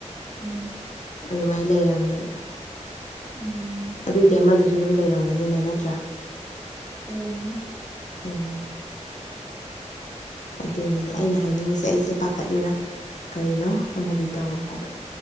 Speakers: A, on the right (about 25°); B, on the left (about 75°).
A: ꯎꯝ꯫
B: ꯑꯗꯨꯃꯥꯏ ꯂꯩꯔꯝꯃꯦꯕ꯫
A: ꯎꯝ꯫
B: ꯑꯗꯨꯑꯣꯏꯗꯤ ꯑꯃꯗꯨꯁꯨ ꯑꯗꯨꯝ ꯂꯩꯔꯝꯒꯅꯤꯅ ꯅꯠꯇ꯭ꯔꯥ꯫
A: ꯂꯩꯔꯝꯒꯅꯤ꯫
B: ꯎꯝ꯫ ꯑꯗꯨꯅꯤꯗ ꯑꯩꯅ ꯍꯥꯏꯅꯤꯡꯉꯤꯁꯦ ꯑꯩꯁꯦ ꯄꯥꯈꯠꯂꯤꯔꯥ ꯀꯔꯤꯅꯣ ꯑꯃꯗꯤ ꯇꯧꯔꯦ ꯍꯥꯏꯕ꯫